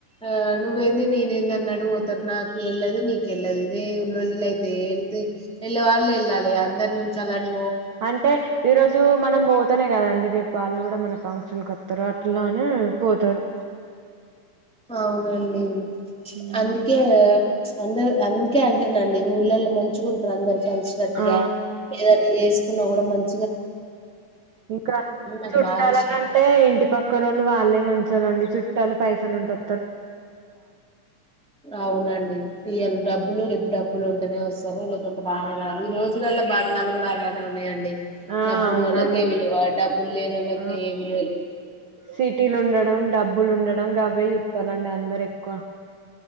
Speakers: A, in the centre; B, on the right.
A: ఆ నువ్వేంది నేనే ఏంది అన్నట్టు పోతారు నాకేళ్లేదు నీకెళ్లేదు ఇదే ఉల్ళ్ల్ ఇళ్ళైతే ఎళ్ంత వెళ్ళ వాళ్లు వెళ్ళాలి అందరి నుంచలి
B: అంటే ఈ రోజు మనం పో పోతేనే కదండి రేపు వాళ్ళు కూడా మన ఫంక్షన్ కు వస్తారు అట్లానే పోతారు
A: అవునండి
B: హ్మ్.
A: అందుకే ప్చ్ అందరు అందుకే అంటున్నండి ఊళ్ళలో మంచిగున్ అందరు కలిసినట్టుగా
B: ఆ
A: ఏదైనా చేసుకున్నా గుడా మన్
B: ఇంక
A: నాకు
B: చుట్టాల
A: బాగా ఇష్టం
B: కంటే ఇంటి పక్కనోళ్ళు వాళ్ళే మంచో లండి చూట్ చుట్టాలు పైసలు ఉంటర్
A: అవునండి ఇయల డబ్బులు రేప్ డబ్బులు ఉంటేనే వస్తరు లేకుంటే బాగా కాదు
B: హ్మ్.
A: ఈ రోజులల్లో బంధాలు కూడా అలానే ఉన్నాయండి
B: ఆ
A: డబ్బున్నోళ్ళకే
B: అవునండి
A: విలువ డబ్బులు లేనోళ్లకు
B: ఆ
A: ఏ విలువలేదు
B: సిటీలు ఉండడం డబ్బులు ఉండడం గవ్వే చూత్తలండి అందరు ఎక్కువ